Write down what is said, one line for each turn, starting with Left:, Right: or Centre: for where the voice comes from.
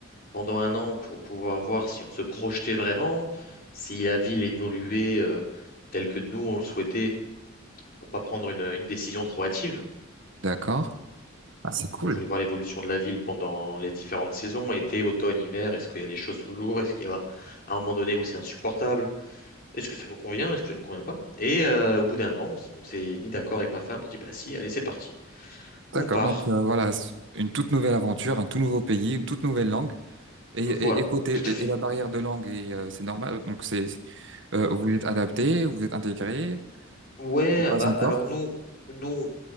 Left: pendant un an pour pouvoir voir si on se projetait vraiment, si la ville évoluait euh, telle que nous on le souhaitait pour pas prendre une, une décision trop hâtive.
Right: D'accord. Ah, c'est cool.
Left: On voulait voir l'évolution de la ville pendant les différentes saisons, été, automne, hiver. Est-ce qu'il y a des choses toujours? Est-ce qu'il y a à un moment donné où c'est insupportable? Est-ce que ça nous convient? Est-ce que ça nous convient pas? Et euh, au bout d'un an, on s- on s'est mis d'accord avec ma femme. On a dit, bah si, allez, c'est parti.
Right: D'accord.
Left: On part.
Right: Donc euh, voilà, c'est une toute nouvelle aventure, un tout nouveau pays, une toute nouvelle langue. Et,
Left: Voilà,
Right: et, et côté
Left: tout
Right: et,
Left: à fait.
Right: et la barrière de langue, et euh, c'est normal. Donc c'est euh, vous êtes adapté, vous êtes intégré.
Left: Ouais,
Right: Pas
Left: bah
Right: encore.
Left: alors nous, nous, on-